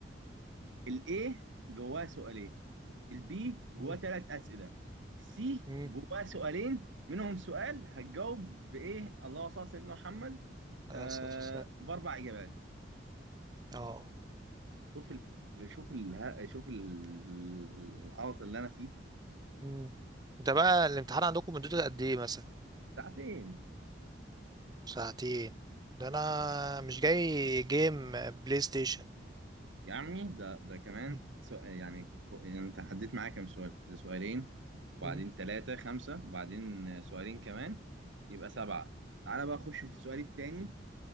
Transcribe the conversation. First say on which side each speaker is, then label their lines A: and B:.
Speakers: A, on the right (about 80°); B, on the right (about 20°).
A: ال A جواه سؤالين ال B جواه
B: مم.
A: ثلاث أسئلة ال C
B: مم.
A: جواه سؤالين منهم سؤال هتجاوب بإيه اللهم صل على سيدنا محمد
B: على
A: آه
B: الصوت والسلام
A: بأربع إجابات
B: اه
A: شوف ال... شوف ال... شوف ال- العبط اللي أنا فيه
B: مم. ده بقى الامتحان عندكم مدته قد ايه مثلا
A: ساعتين
B: ساعتين ده انا مش جاي جيم بلاي ستيشن
A: يا عمي ده ده كمان
B: مم.
A: سؤال يعني فوق يعني انت عديت معايا كام سؤال سؤالين وبعدين
B: مم.
A: ثلاثة خمسة وبعدين سؤالين كمان يبقى سبعة تعالى بقى اخش في السؤال التاني